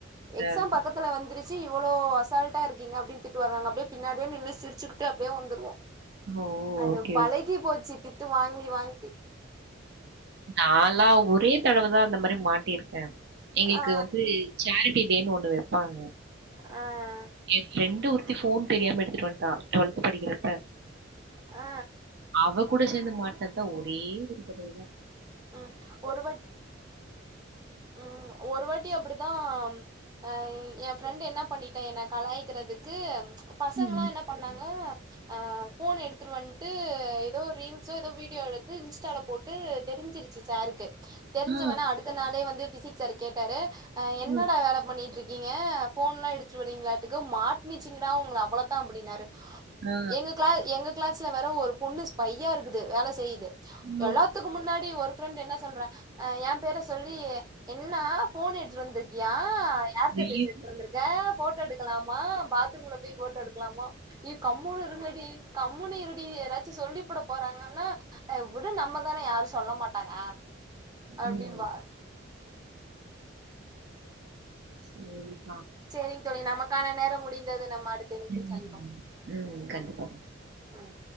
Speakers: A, on the right; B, on the right.
A: எக்ஸாம்
B: அதான்.
A: பக்கத்துல வந்துருச் சு இவ்ளோ அசால்ட்டா இருக்கீங்க அப்படின் திட்டுவாரு நாங்க அப்டியே பின்னாடியே நின்னு சிரிச்சுக்குட்டு அப்டியே வந்துருவோ.
B: ஓ!
A: அது
B: ஓகே.
A: பழகி போச்சு திட்டு வாங்கி வாங்கி
B: நான்லா ஒரே தடவதா அந்த மாரி மாட்டிருக்கே எங்களுக்கு
A: ஆ
B: வந்து சேரிட்டி டேன்னு ஒன்னு வைப்பாங்க.
A: ஆ
B: எ ஃப்ரெண்டு ஒருத்தி ஃபோன் தெரியாம எடுத்துட்டு வந்ட்டா டுவல்த் படிக்கிறப்ப.
A: ஆ
B: அவ கூட சேந்து மாட்டினதுதா ஒரே ஒரு தடவதா
A: ம் ஒரு வாட்டி ம் ஒரு வாட் டி அப்டிதா அ எ ஃப்ரெண்ட் என்னா பண்ணிட்ட என்ன கலாயிக்கிறதுக்கு பசங்கலா
B: ம்.
A: என்ன பண்ணாங்க அ ஃபோன எடுத்துருவன் டு எதோ ரீல்ஸோ எதோ வீடியோ எடுத்து இன்ஸ்டால போட்டு தெரிஞ்சிருச்சு சாருக்கு தெரிஞ்
B: ஆ.
A: அவன அடுத்த நாளே வந்து பிசிக்ஸ் சாரு கேட்டாரு அ என்னடா
B: ம்.
A: வேல பண்ணிட்ருக்கீங்க? ஃபோன்லா எடுத்துட்வரிங்ளாட்டுக்கு மாட்னிச்சிங்கடா ஒங்கள அவ்வளதா அப்டின்னாரு
B: ஆ.
A: எங்க கிளா எங்க கிளாஸ்ல வேற ஒரு பொண்ணு ஸ்பையாருக்குது வேல செய்து
B: ஐயோ!
A: எல்லாத்துக் முன்னாடி ஒரு ஃபிரெண்ட் என்ன சொல்றா அ எ பேர சொல்லி என்னா ஃபோன் எடுத்துட் வந்துருக்கியா? ஆ யார்ட்ட
B: வெளிய
A: பேசிட்டு இருந்திருக்க ஃபோட்டோ எடுக்கலாமா பாத்ரூம்ல போய் ஃபோட்டோ எடுக்கலாமா இ கம்முனு இருங்கடி கம்முனு இருடி எதாச்சு சொல்லி ப்புட போறாங்கன்னா எ விடு நம்மதான யாரு சொல்ல மாட்டாங்க. அப்டிம்பா
B: ம். சேரி
A: செரிங் தோழி நமக்கான நேரம் முடிந்தது நம்ம அடுத்த இணைப்பில்
B: ம்.
A: சந்திப்போம்
B: கண்டிப்பா.
A: ம் ம்